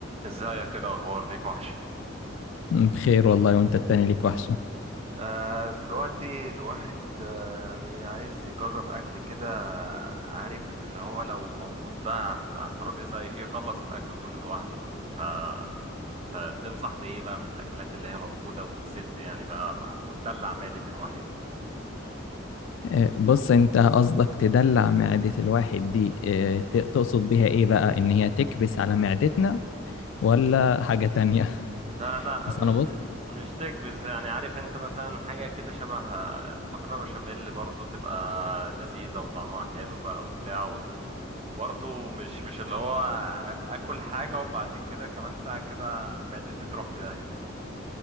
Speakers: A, on the right (about 30°); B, on the left (about 75°).
A: ازيك ايه الاخبار ديك وحشه
B: بخير والله وانت التاني ليك وحشة
A: آه دلوقتي الواحد آه يعني عايز يجرب اكل كده عارف اللي هو لو موجود بقى على على الترابيزه يخلص الاكل كله لوحده ف فتنصح بايه بقى من الاكلات اللي هي موجوده وتسد يعني بقى مع... وتدلع معده الواحد
B: آه، بص انت قصدك تدلع معدة الواحد دي آه، ت- تقصد بيها ايه بقى ان هي تكبس على معدتنا ولا حاجة تانية <laughs>
A: لا لا
B: اصل
A: مش
B: انا بص
A: مش تكبس يعني عارف انت مثلا حاجة كده شبه مكرونة بشاميل برضو تبقى لذيذة وطعمها حلو بقى وبتاع و... وبرضو مش مش اللي هو اكل حاجة وبعد كده كمان ساعة كده معدتي تروح في داهية